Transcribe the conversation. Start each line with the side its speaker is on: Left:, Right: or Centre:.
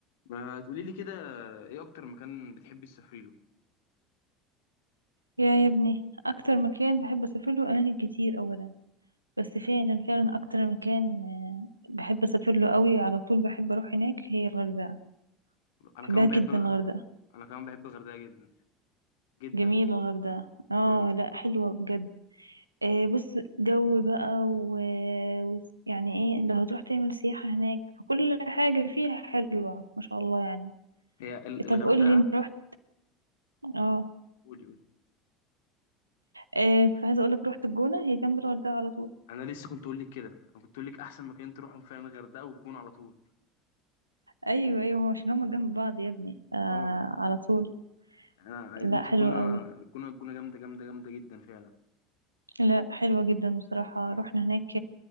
Left: ما تقولي لي كده ايه اكتر مكان بتحبي تسافري له
Right: يا يا ابني اكتر مكان بحب اسافر له اماكن كتير اولا بس فعلا فعلا اكتر مكان آه، بحب اسافر له قوي على طول بحب اروح هناك هي الغردقه
Left: انا
Right: بحبها
Left: كمان
Right: جدا
Left: بحب
Right: الغردقه
Left: انا كمان بحب الغردقه جدا جدا
Right: جميله الغردقه اه
Left: امم
Right: لا حلوه بجد آه بص جو بقى و... و... يعني ايه لو هتروح تعمل سياحه هناك فكل حاجه فيها حلوه ما شاء الله يعني
Left: هي ال- الغردقه
Right: طب قول لي انت رحت اه
Left: قولي قولي
Right: آه، كنت عايزه اقول لك رحت الجونه هي جنب الغردقه على طول
Left: انا لسه كنت اقول لك كده انا كنت اقول لك احسن مكان تروحهم فعلا الغردقه والجونه على طول
Right: ايوه ايوه عشان هما جنب بعض يا ابني آه
Left: اه
Right: على طول
Left: انا انت
Right: لا حلوة
Left: الجونه
Right: قوي
Left: الجونه الجونه جامده جامده جامده جدا فعلا
Right: لا حلوة جدا بصراحة
Left: مم.
Right: رحنا هناك